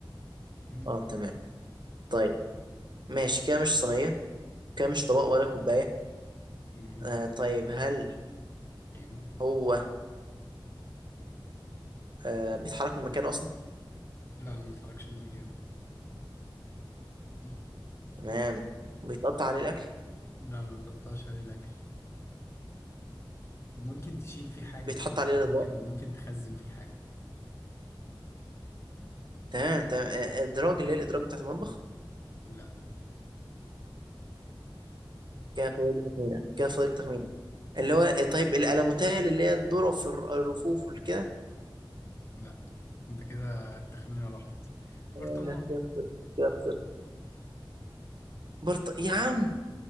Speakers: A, on the left; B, on the right.
A: امم
B: اه تمام طيب ماشي كده مش صينية كده مش طبق ولا كوباية
A: امم
B: آه طيب هل
A: ايوه
B: هو آه بيتحرك من مكانه أصلا
A: لا ما بيتحركش من مكانه مم.
B: تمام بيتقطع عليه الأكل
A: لا ما بيتقطعش عليه الاكل ممكن تشيل فيه حاجة
B: بيتحط
A: بقول
B: عليه
A: لك
B: الأطباق
A: ممكن ممكن تخزن فيه حاجة
B: تمام تمام آه إدراج اللي هي الإدراج بتاعت المطبخ
A: لا
B: كده فاضل لي تخمينة كده فاضل لي تخمينة اللي هو آه، طيب الألموتال اللي هي الذرة في الر- الرفوف والكده
A: لا انت كده التخمينة راحت برطمان
B: آه، كده خسرت كده خسرت برط... يا عم